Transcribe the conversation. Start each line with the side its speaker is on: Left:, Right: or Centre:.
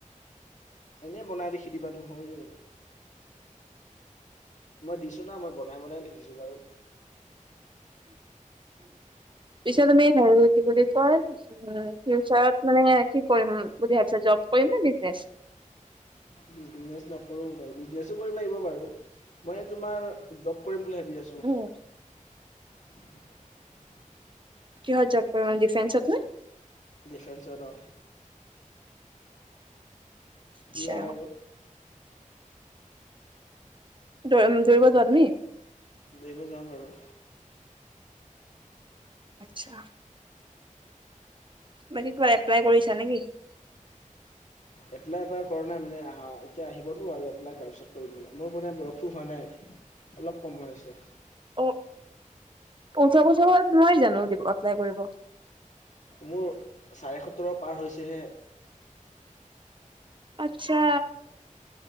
Left: এনেই বনাই লিখি দিবা তুমি হৈ যাব। মই দিছোঁ না, মই বনাই বনাই লিখিছোঁ বাৰু।
Right: পিছত তুমি হে কি বুলি কয় উ, ফিউচাৰত মানে কি কৰিম বুলি ভাবিছা জব কৰিম নে বিজনেছ?
Left: বিজনেচ নকৰো বাৰু বিজনেছো কৰিব লাগিব বাৰু, মই তোমাৰ জব কৰিম বুলি ভাবি আছোঁ।
Right: উম,
Left: <inaudible>
Right: কিহত জব কৰিবা ডিফেন্সত নে?
Left: ডিফেন্ঞ্চত অ'।
Right: আচ্ছা
Left: কি হয় আৰু।
Right: দৌ-দৌৰিব যোৱা তুমি?
Left: দৌৰিব যাওঁ বাৰু।
Right: আচ্ছা। বাকী কিবা এপ্লাই কৰিছা নেকি?
Left: এপ্লাই এপ্লাই কৰা নাই মানে আহা এতিয়া আহিবতো আৰু এপ্লাই তাৰপিছত কৰিম মানে, মোৰ মানে বয়সো হোৱা নাই। অলপ কম হৈ আছে।
Right: অ' ওঠৰ বছৰৰ তলত নোৱাৰি জানো দিব এপ্লাই কৰিব?
Left: মোৰ চাৰে সুতৰ' পাৰ হৈছেহে।
Right: আচ্ছা।